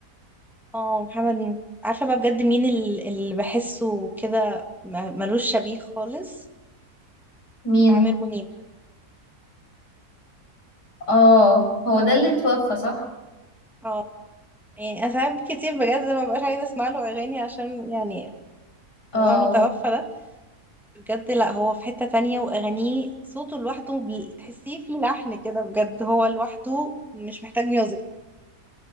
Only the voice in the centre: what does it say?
اه محمد م- عارفة بقى بجد مين ال- اللي بحسه كده ما- ملوش شبيه خالص
عامر منيب
اه يعني انا ساعات كتير بجد ما ببقاش عايزة اسمع له اغاني عشان يعني
والله انه توفى ده بجد لا هو في حتة تانية واغانيه صوته لوحده بي- تحسيه فيه لحن كده بجد هو لوحده مش محتاج ميوزك